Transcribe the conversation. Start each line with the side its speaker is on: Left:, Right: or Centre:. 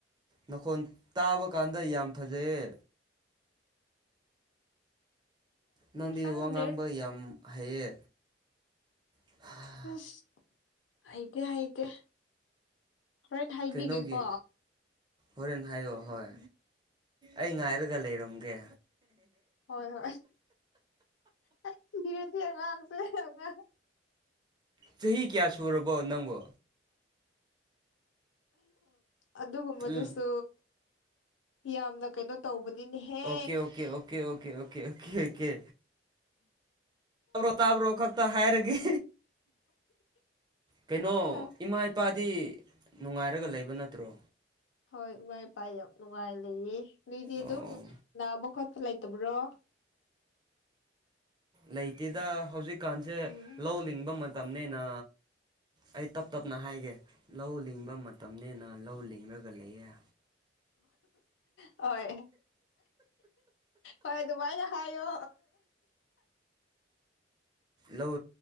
Right: ꯅꯈꯣꯜ ꯇꯥꯕ ꯀꯥꯟꯗ ꯌꯥꯝ ꯐꯖꯩꯌꯦ ꯅꯪꯗꯤ
Left: ꯈꯪꯗ꯭ꯔꯦ
Right: ꯋꯥ ꯉꯥꯡꯕ ꯌꯥꯝ ꯍꯩꯌꯦ ꯎ <inaudible>
Left: ꯑꯁ ꯍꯩꯇꯦ ꯍꯩꯇꯦ ꯍꯣꯔꯦꯟ ꯍꯥꯏꯕꯤꯒꯦꯀꯣ
Right: ꯀꯩꯅꯣꯒꯤ ꯍꯣꯔꯦꯟ ꯍꯥꯏꯌꯣ ꯍꯣꯏ ꯑꯩ ꯉꯥꯏꯔꯒ ꯂꯩꯔꯝꯒꯦ
Left: ꯍꯣꯏ ꯍꯣꯏ ꯑꯩ ꯁꯤꯔꯦ ꯁꯤ ꯑꯉꯥꯡꯁꯦ ꯑꯉꯥꯡꯁꯦ
Right: ꯆꯍꯤ ꯀꯌꯥ ꯁꯨꯔꯕꯣ ꯅꯪꯕꯨ
Left: ꯑꯗꯨꯒꯨꯝꯕꯗꯨꯁꯨ
Right: ꯎꯝ
Left: ꯌꯥꯝꯅ ꯀꯩꯅꯣ ꯇꯧꯕꯅꯤꯅꯦꯍꯦ
Right: okay okay okay okay okay okay okay ꯇꯥꯕ꯭ꯔꯣ ꯇꯥꯕ꯭ꯔꯣ ꯈꯛꯇ ꯍꯥꯏꯔꯒꯦ ꯀꯩꯅꯣ
Left: ꯑ
Right: ꯏꯃꯥ ꯏꯄꯥꯗꯤ ꯅꯨꯡꯉꯥꯏꯔꯒ ꯂꯩꯕ ꯅꯠꯇ꯭ꯔꯣ
Left: ꯍꯣꯏ ꯏꯃꯥ ꯏꯄꯥꯥ ꯌꯥꯝ ꯅꯨꯡꯉꯥꯏ ꯂꯩꯌꯦ ꯅꯣꯏꯗꯤ
Right: ꯑꯣ
Left: ꯑꯗꯨꯝ ꯅꯥꯕ ꯈꯣꯠꯄ ꯂꯩꯇꯕ꯭ꯔꯣ
Right: ꯂꯩꯇꯦꯗ ꯍꯧꯖꯤꯛꯀꯥꯟꯁꯦ
Left: ꯎꯝ
Right: ꯂꯧ ꯂꯤꯡꯕ ꯃꯇꯝꯅꯤꯅ ꯑꯩ ꯇꯞ ꯇꯞꯅ ꯍꯥꯏꯒꯦ ꯂꯧ ꯂꯤꯡꯕ ꯃꯇꯝꯅꯤꯅ ꯂꯧ ꯂꯤꯡꯉꯥꯒ ꯂꯩꯌꯦ
Left: ꯍꯣꯏ ꯍꯣꯏ ꯑꯗꯨꯃꯥꯏꯅ ꯍꯥꯏꯌꯣ
Right: ꯂꯧ